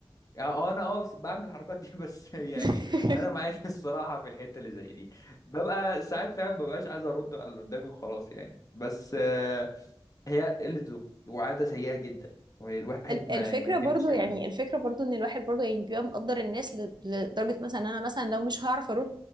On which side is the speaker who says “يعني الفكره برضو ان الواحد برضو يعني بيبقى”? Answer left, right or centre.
Right